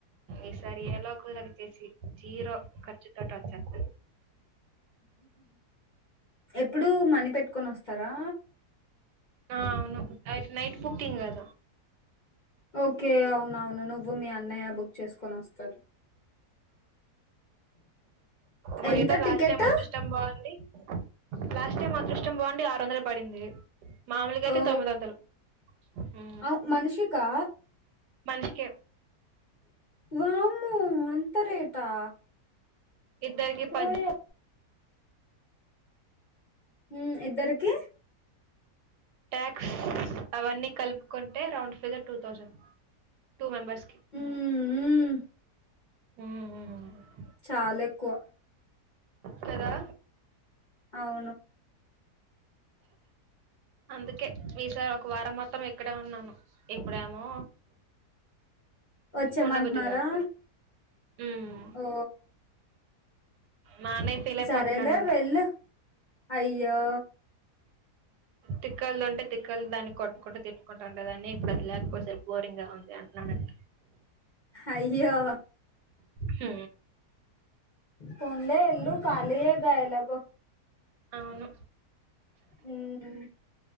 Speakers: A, on the right; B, on the left.
A: ఈసారి ఏలో గలాకి చేసి జీరో ఖర్చు తోట వచ్చేస్త
B: ఎప్పుడు మనీ పెట్టుకొని వస్తారా
A: ఆ అవును అయితే నైట్ బుకింగ్ కదా
B: ఓకే అవునా అవునును నువ్వు మీ అన్నయ్య బుక్ చేసుకొని వస్తారు
A: మా
B: ఎంత
A: ఏదో
B: టికెట్
A: లాస్ట్ టైం అదృష్టం బాగుండి లాస్ట్ టైం అదృష్టం బాగుండి ఆరు వందల పడింది మామూలుగా అయితే
B: ఓ
A: తొమ్మిది వందలు ఊ
B: అవ్ మనిషికా
A: మనిషికి
B: వామ్మో అంత రేటా
A: ఇద్దరుకి పద
B: ఓయో ఉ ఇద్దరికి
A: ట్యాక్స్ అవన్నీ కలుపుకుంటే round figure two thousand two members
B: మ్మ్ మ్మ్
A: మ్మ్
B: చాలా ఎక్కువ
A: కదా
B: అవును
A: అందుకే ఈసారి ఒక వారం మొత్తం ఇక్కడే ఉన్నాను ఎప్పుడేమో
B: వచ్చేమంటున్నారా
A: ఉండబుద్ధి కావట్లేదు హ్మ్
B: ఓ
A: నాన్న అయి ఫీల్ అయిపోతున్నాడంట
B: సరేలే వెళ్ళు అయ్యో
A: తిక్కలు ఉంటే తిక్కలు దాన్ని కొట్టుకుంటడా తిట్టుకుంటూ ఉండే దాన్ని ఇప్పుడు అది లేకపోసారు బోరింగ్గా అన్నాడు అంట
B: అయ్యో
A: హ్మ్
B: కొండే ఎల్లుూ ఖాలీయేగా ఎలాగో
A: అవును
B: ఉమ్